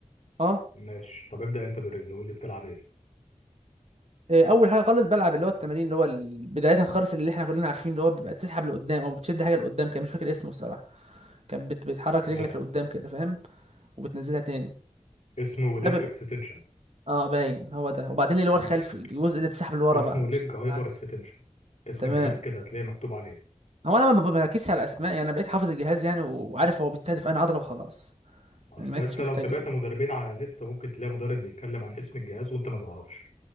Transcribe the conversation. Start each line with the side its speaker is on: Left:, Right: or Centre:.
Right: اه
Left: ماشي طب ابدأ أنت بالرجل قول لي بتلعب إيه
Right: إيه، اول حاجه خالص بلعب اللي هو التمارين اللي هو ال- بدايه خالص اللي احنا كلنا عارفين اللي هو بيبقى بتسحب لقدام او بتشد حاجه لقدام كان مش فاكر اسمه الصراحه كانت بت... بتحرك رجلك
Left: تمام
Right: لقدام كده فاهم وبتنزلها تاني
Left: اسمه
Right: ده
Left: ليج
Right: بيبقى
Left: اكستنشن
Right: اه باين هو ده وبعدين اللي هو
Left: ماشي
Right: الخلفي الجزء اللي بتسحب لورا
Left: اسمه
Right: بقى مش
Left: ليج هايبر
Right: العكس
Left: اكستنشن اسم
Right: تمام
Left: الجهاز كده هتلاقيه مكتوب عليه
Right: هو انا ما بركزش على الاسماء يعني انا بقيت حافظ الجهاز يعني وعارف هو بيستهدف انهي عضله وخلاص
Left: اصل
Right: يعني ما عدتش
Left: انت لو
Right: محتاج
Left: تابعت
Right: يعني
Left: مدربين على النت ممكن تلاقي مدرب بيتكلم عن اسم الجهاز وانت ما تعرفش